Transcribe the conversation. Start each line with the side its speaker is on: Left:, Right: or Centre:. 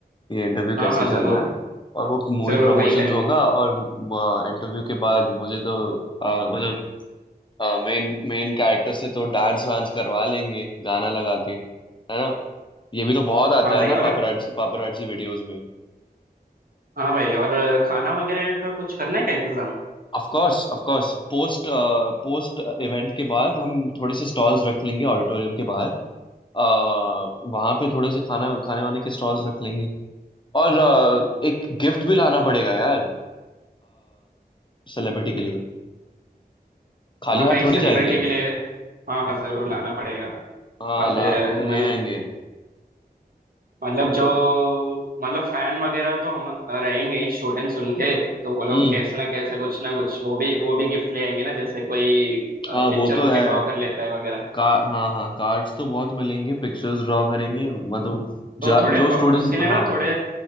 Left: ये इंटरव्यू
Right: हाँ
Left: कैसे
Right: हाँ
Left: चल
Right: जरूर
Left: रहा है और वो मूवी
Right: जरूर
Left: प्रमोशंस
Right: वही करेंगे
Left: होगा और इंटरव्यू के बाद मुझे तो आ, मतलब मेन मेन कैरेक्टर से तो डांस वांस करवा लेंगे गाना लगा के है ना ये भी तो बहुत आता
Right: हाँ भाई
Left: है ना
Right: और
Left: पापराज पापराजी वीडियोस में
Right: हाँ भाई और खाना वगैरह का कुछ करना है क्या इंतजाम
Left: Of course of course post post event के बाद हम थोड़े से स्टॉल्स रख लेंगे ऑडिटोरियम के बाहर आ, वहां पे थोड़े से खाना खाने वाने के स्टॉल्स रख लेंगे और अ, एक गिफ्ट भी लाना पड़ेगा यार सेलिब्रिटी के लिए खाली
Right: हाँ
Left: हाथ
Right: भाई
Left: थोड़ी
Right: सेलिब्रिटी
Left: जाएंगे
Right: के लिए हाँ हाँ जरूर लाना पड़ेगा
Left: हाँ
Right: और
Left: ला
Right: अ, मल-
Left: ले आएंगे
Right: मतलब जो मतलब फैन वगैरह तो हम रहेंगे ही स्टूडेंट सुन के तो वो लोग
Left: हम्म
Right: कैसे ना कैसे कुछ ना कुछ वो भी वो भी गिफ्ट ले आएंगे ना जैसे कोई पिक्चर
Left: हाँ वो तो
Right: उनकी
Left: है
Right: ड्रॉ कर लेता है वगैरह
Left: का हाँ हाँ कार्ड्स तो बहुत मिलेंगे पिक्चर्स ड्रॉ करेंगे मतलब
Right: तो
Left: जा-
Right: थोड़े
Left: जो
Right: ब-
Left: स्टूडेंट्स
Right: उसके लिए ना
Left: हाँ
Right: थोड़े